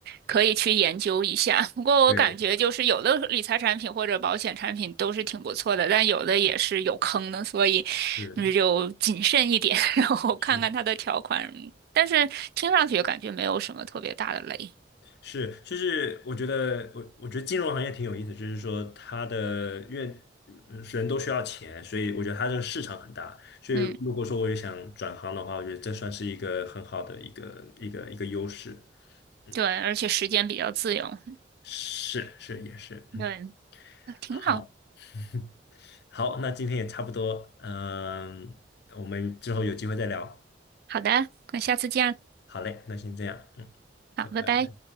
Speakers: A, on the right; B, on the left.
A: 可以去研究一下。不过我感觉就是有的理财产品或者保险产品都是挺不错的，
B: 对，
A: 但有的也是有坑的，所以嗯就谨慎一点，
B: 是
A: <laughs> 然后看看它的条款。
B: 是。
A: 但是听上去感觉没有什么特别大的雷，
B: 是，就是我觉得我我觉得金融行业挺有意思，就是说它的因为呃人都需要钱，所以我觉得它这个市场很大。所以如果说我也想转行的话，
A: 嗯，
B: 我觉得这算是一个很好的一个一个一个优势。嗯，
A: 对，而且时间比较自由，
B: 是是也是，嗯，
A: 对，挺好。
B: 好 <laughs> 好，那今天也差不多，嗯，我们之后有机会再聊。
A: 好的，那下次见，
B: 好嘞，那先这样，嗯，
A: 好，
B: 拜拜。
A: 拜拜。